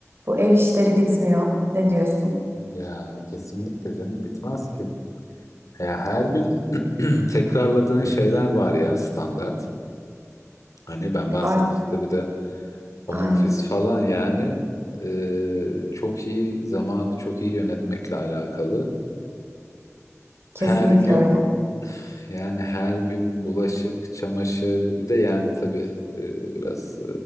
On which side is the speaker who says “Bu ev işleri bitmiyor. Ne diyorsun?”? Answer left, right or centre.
Right